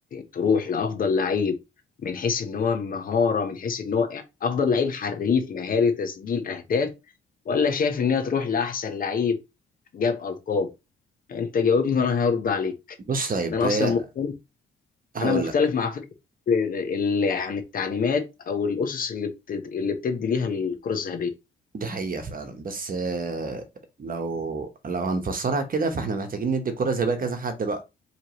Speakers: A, on the left (about 45°); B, on the right (about 45°).
A: تروح لافضل لعيب من حيث ان هو مهاره من حيث ان هو يعني افضل لعيب حريف مهاري تسجيل اهداف ولا شايف ان هي تروح لاحسن لعيب جاب القاب انت جاوبني وانا هرد عليك
B: بص طيب
A: انا
B: هي
A: اصلا مختلف
B: هقول
A: انا مختلف
B: لك
A: مع فكره ال- يعني التعليمات او الاسس اللي بتد... اللي بتدي ليها الكره الذهبيه
B: دي حقيقة فعلا بس آه، لو لو هنفسرها كده فاحنا محتاجين ندي الكرة زي بقى كذا حد بقى